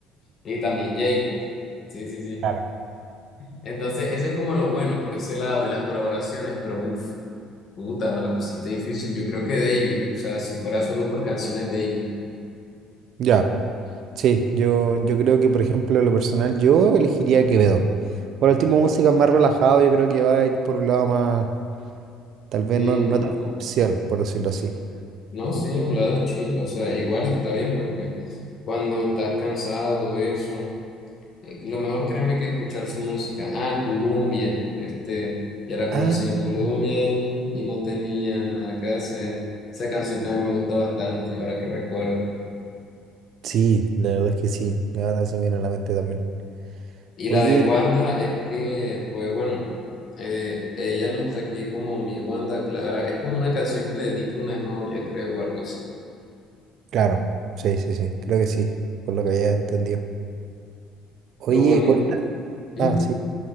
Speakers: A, on the left (about 35°); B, on the right (about 50°).
A: y también Jacob. Sí, sí, sí.
B: Claro.
A: Entonces, eso es como lo bueno por ese lado de las colaboraciones, pero uff. Puta, me la pusiste difícil. Yo creo que Davy. O sea, si fuera solo por canciones Davy.
B: Ya, sí, yo, yo creo que, por ejemplo, en lo personal, yo elegiría Quevedo. Por el tipo de música más relajado, yo creo que va a ir por un lado más, tal vez
A: Mm,
B: no, no tan comercial, por decirlo así.
A: no, sí, un lado chill. O sea, igual está bien porque cuando estás cansado, eso. eh, Lo mejor créeme que es escuchar su música. Ah, Columbia. Este, ya la conocí
B: Ah,
A: en Columbia y no tenía nada que hacer. Esa canción también me gusta bastante, ahora que recuerdo.
B: sí, la verdad es que sí, ahora se me viene a la mente también.
A: Y
B: Oye,
A: la de Wanda es que, pues bueno, eh, ella no está aquí como mi Wanda Clara. Es como una canción que le dedica una novia, creo, o algo así.
B: claro, sí, sí, sí, creo que sí, por lo que había entendido. Oye,
A: Lo bueno.
B: cuenta,
A: <clears throat> ¿Mm?
B: ah, sí,